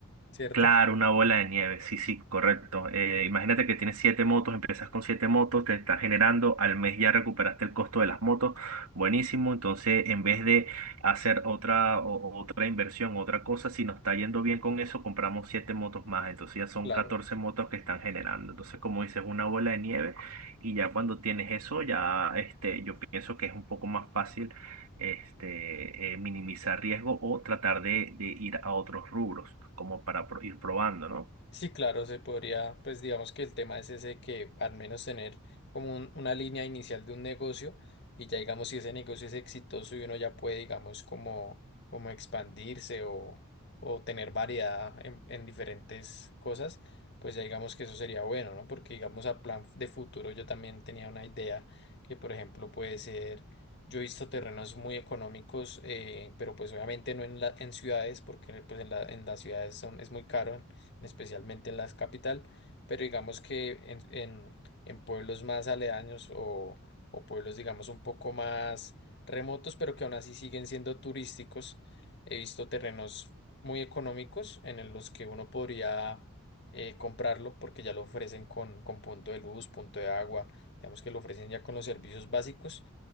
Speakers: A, on the left (about 50°); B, on the right (about 85°).
A: ¿cierto?
B: Claro, una bola de nieve, sí, sí, correcto. Eh, imagínate que tienes siete motos, empiezas con siete motos, te estás generando, al mes ya recuperaste el costo de las motos, buenísimo. Entonces, en vez de hacer otra, o- o- otra inversión, otra cosa, si nos está yendo bien con eso, compramos siete motos más. Entonces ya son
A: Claro.
B: 14 motos que están generando. Entonces, como dices, una bola de nieve, y ya cuando tienes eso, ya este, yo pienso que es un poco más fácil este, eh, minimizar riesgo o tratar de, de ir a otros rubros, como para pro- ir probando, ¿no?
A: Sí, claro, se podría, pues digamos que el tema es ese que al menos tener como un- una línea inicial de un negocio y ya digamos si ese negocio es exitoso y uno ya puede digamos como, como expandirse o, o tener variedad en, en diferentes cosas, pues ya digamos que eso sería bueno, ¿no? Porque digamos a plan de futuro yo también tenía una idea que por ejemplo puede ser, yo he visto terrenos muy económicos, eh, pero pues obviamente no en, la, en ciudades porque pues en la, en las ciudades son, es muy caro especialmente en la capital, pero digamos que en, en- en pueblos más aledaños o, o pueblos, digamos, un poco más remotos, pero que aún así siguen siendo turísticos, he visto terrenos muy económicos en los que uno podría eh, comprarlo porque ya lo ofrecen con, con punto de luz, punto de agua, digamos que lo ofrecen ya con los servicios básicos